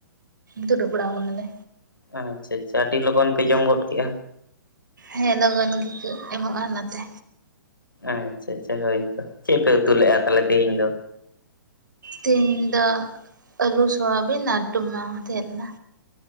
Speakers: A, on the right; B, on the left.
A: ᱫᱩᱲᱩᱵ ᱵᱟᱲᱟ ᱟᱠᱟᱱᱟᱞᱮ
B: ᱟᱪᱪᱷᱟ ᱟᱪᱪᱷᱟ ᱟᱹᱰᱤ ᱞᱚᱜᱚᱱ ᱯᱮ ᱡᱚᱢ ᱜᱚᱫ ᱠᱮᱫ-ᱟ᱾
A: ᱦᱮᱸ ᱞᱚᱜᱚᱱ ᱜᱮᱠᱚ ᱮᱢᱚᱜᱼᱟ, ᱚᱱᱟᱛᱮ
B: ᱟᱪᱪᱷᱟᱻᱪᱷᱟ ᱦᱳᱭᱛᱚ ᱪᱮᱫ ᱯᱮ ᱩᱛᱩ ᱞᱮᱼᱟ, ᱛᱟᱦᱚᱞᱮ ᱛᱮᱦᱤᱧ ᱫᱚ
A: ᱛᱤᱱ ᱫᱚ ᱟᱹᱞᱩ ᱥᱚᱣᱟᱵᱤᱱ ᱟᱨ <unintelligible> ᱛᱟᱦᱮ ᱞᱮᱱᱟ